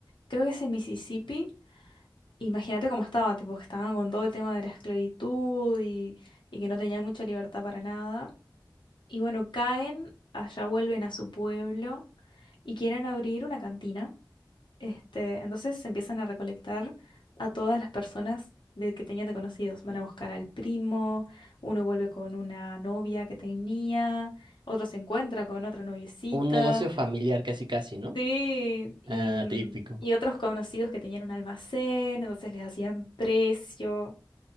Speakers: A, on the left; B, on the right.
A: creo que es en Mississippi Imagínate cómo estaba, tipo, que estaban con todo el tema de la esclavitud y, y que no tenían mucha libertad para nada. Y bueno, caen, allá vuelven a su pueblo y quieren abrir una cantina. Este, entonces se empiezan a recolectar a todas las personas de, que tenían de conocidos. Van a buscar al primo, uno vuelve con una novia que tenía, otro se encuentra con otra noviecita.
B: Un negocio familiar, casi casi, ¿no?
A: Sí, y,
B: Ah, típico.
A: y otros conocidos que tenían un almacén, entonces les hacían precio